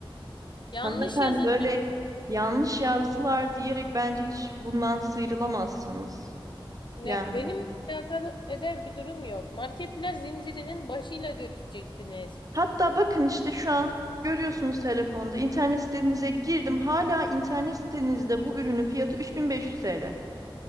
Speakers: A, on the left; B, on the right.
A: Yanlış
B: Hanımefendi
A: yazılmış.
B: böyle yanlış yazdılar diyerek bence hiç bundan sıyrılamazsınız.
A: Ne
B: Yani.
A: benim alakalı eder bir durum yok. Marketler zincirinin başıyla görüşeceksiniz.
B: Hatta bakın işte şu an görüyorsunuz telefonda. internet sitenize girdim. Hala internet sitenizde bu ürünün fiyatı 3500 TL.